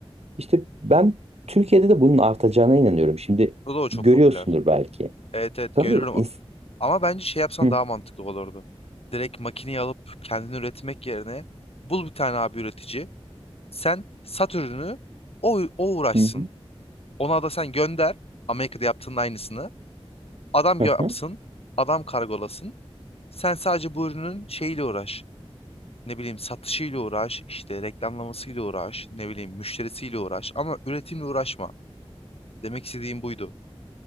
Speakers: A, on the right; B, on the left.
A: İşte ben Türkiye'de de bunun artacağına inanıyorum. Şimdi
B: O da o çok
A: görüyorsundur
B: popüler.
A: belki.
B: Evet evet
A: Tabii.
B: görüyorum.
A: ins-
B: Ama bence şey yapsan
A: Hı
B: daha mantıklı olurdu. Direkt makineyi alıp kendini üretmek yerine bul bir tane abi üretici. Sen sat ürünü o, o uğraşsın.
A: hı
B: Ona da sen gönder. Amerika'da yaptığın aynısını. Adam
A: hı.
B: yapsın,
A: hı.
B: adam kargolasın. Sen sadece bu ürünün şeyiyle uğraş. Ne bileyim satışıyla uğraş, işte reklamlamasıyla uğraş, ne bileyim müşterisiyle uğraş ama üretimle uğraşma. Demek istediğim buydu.